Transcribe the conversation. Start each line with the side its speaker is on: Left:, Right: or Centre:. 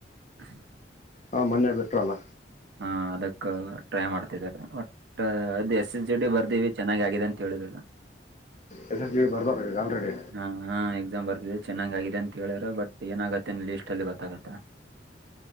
Right: <inaudible>
Left: ಹಾ ಮನ್ಯ ಬಿಟ್ರಲ್ಲ.
Right: ಹಾ ಅದಕ್ಕ ಟ್ರೈ ಮಾಡ್ತಿದಿದ್ದಾರೆ. ಬಟ್ ಅದ ಜಡೆ ಬರ್ದೇವಿ ಚೆನ್ನಾಗಿದೆ. ತಿಳಿದಿಲ್ಲ.
Left: ರೀಸೆಂಟ್ಲಿ ಬರ್ದಾರ. ಈಗ ಆಲ್ರೆಡಿ
Right: ಹಾ ಹಾ ಎಕ್ಸಾಮ್ ಬರ್ತಿ ಚೆನ್ನಾಗಾಗಿದೆ ಅಂತ ಹೇಳ್ಯಾರ ಬಟ್ ಏನಾಗತ್ತೆನ್ ಲಿಸ್ಟ್ ಅಲ್ಲಿ ಗೊತ್ತಾಗತ್ತ.